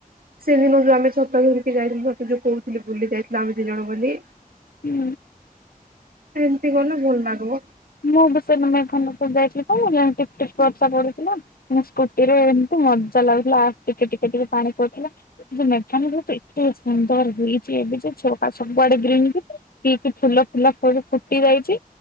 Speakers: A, on the right (about 75°); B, on the left (about 85°).
A: ସେଦିନ ଯଉ ଆମେ ଛତା ଧରିକି ଯାଇଲୁ ତତେ ଯୋଉ କହୁ ବୁଲି ଯାଇଥିଲ ଆମେ ଦି ଜଣ ବୋଲି।
B: ହୁଁ
A: ସେମିତି ଗଲେ ଭଲ ଲାଗିବ।
B: ମୁଁ ବିଷ ମେ ଖନପୁର ଯାଇଥିଲି କଣ ହେଲା ଟିପ ଟିପ ବର୍ଷା ପଢୁଥିଲା। ମୁଁ ସ୍କୁଟି ରେ ଏମିତି ମଜା ଲାଗୁଥିଲା ଆସ ଟିକେ ଟିକେ ଟିକେ ପାଣି ପଡଥିଲା। ମେଟାନ ତ ଏତେ ସୁନ୍ଦର ହେଇଛି ଏବେ ଯେଛ ଆଉ ସବୁଆଡେ ଗ୍ରୀନ୍ ପଇ ଫୁଲ ଫୁଲା ଫୁଟି ଯାଇଛି